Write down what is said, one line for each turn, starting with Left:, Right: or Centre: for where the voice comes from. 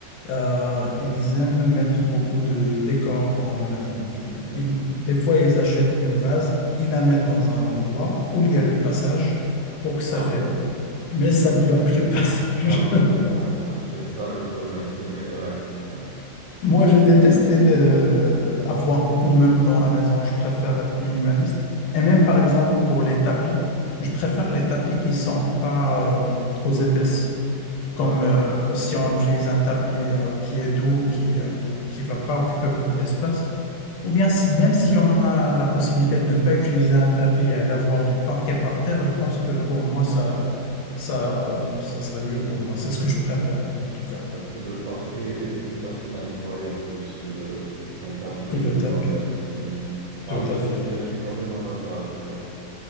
Left: euh, ils aiment mettre beaucoup de décors dans la maison. Donc, ils-
Right: Oui,
Left: ils- des fois, ils achètent une vase, ils la mettent dans un endroit où il
Right: oui.
Left: y a le passage pour que ça
Right: Ah
Left: fait beau. Mais ça
Right: oui.
Left: bloque le <laughs> passage.
Right: T'as un bloc de passage, c'est ça le problème. Ce n'est... Ouais, ouais.
Left: Moi, j'ai détesté le... avoir beaucoup de meubles dans la maison. Je préfère être minimaliste. Et même, par exemple, pour les tapis, je préfère les tapis qui sont pas euh, trop épaisses.
Right: D'accord.
Left: Comme euh, si on utilise un tapis euh, qui est doux, qui euh, qui qui va pas occuper beaucoup d'espace. Ou bien, si- même si on a la possibilité de ne pas utiliser un tapis et d'avoir du parquet par terre, je pense que pour moi, ça, ça, ça serait mieux
Right: Oui,
Left: pour moi. C'est ce que je
Right: oui.
Left: préfère, en tout cas,
Right: Euh, Le parquet est plus facile à nettoyer en plus que le qu'un tapis
Left: que le
Right: ou une
Left: tapis.
Right: moquette. Oui. Ah,
Left: Tout
Right: je
Left: à
Right: suis,
Left: fait.
Right: je suis complètement d'accord avec toi.